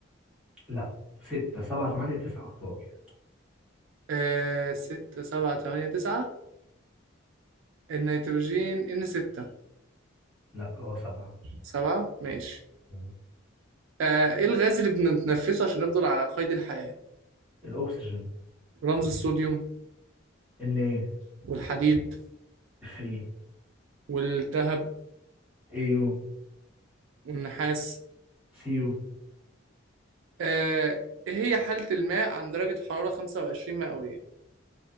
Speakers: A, in the centre; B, on the right (about 80°).
A: لا ستة سبعة تمانية تسعة اختار
B: آه 6 7 8 9 النيتروجين ان 6
A: لا اه سبعة
B: 7 ماشي
A: مم.
B: آه ايه الغاز اللي بنتنفسه عشان نفضل على قيد الحياة
A: الأكسجين
B: رمز الصوديوم
A: إن إيه
B: والحديد
A: إف إيه
B: والذهب
A: إيه يو
B: والنحاس
A: سي يو
B: آه إيه هي حالة الماء عند درجة حرارة 25 مئوية